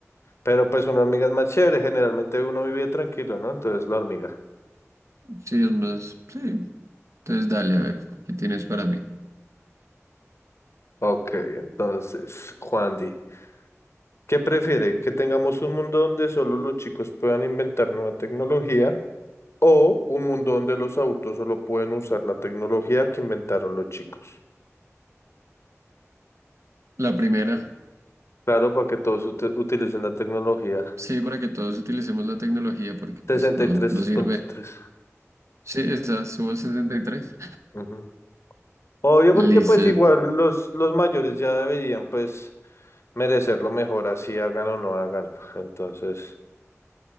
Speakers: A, on the left; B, on the right.
A: Pero pues una hormiga es más chévere, generalmente uno vive tranquilo, ¿no? Entonces la hormiga.
B: Sí, es más. Sí. Entonces dale, a ver, ¿qué tienes para mí?
A: Ok, entonces, Juan Di, ¿qué prefiere? ¿Que tengamos un mundo donde solo los chicos puedan inventar nueva tecnología o un mundo donde los adultos solo pueden usar la tecnología que inventaron los chicos?
B: La primera.
A: Claro, para que todos ut- utilicen la tecnología.
B: Sí, para que todos utilicemos la tecnología, porque pues
A: 63.3.
B: no, no sirve. Sí, esa, subo al 63.
A: Ujú. Obvio, porque
B: <laughs> Listo.
A: pues igual los, los mayores ya deberían pues merecer lo mejor, así hagan o no hagan. Entonces,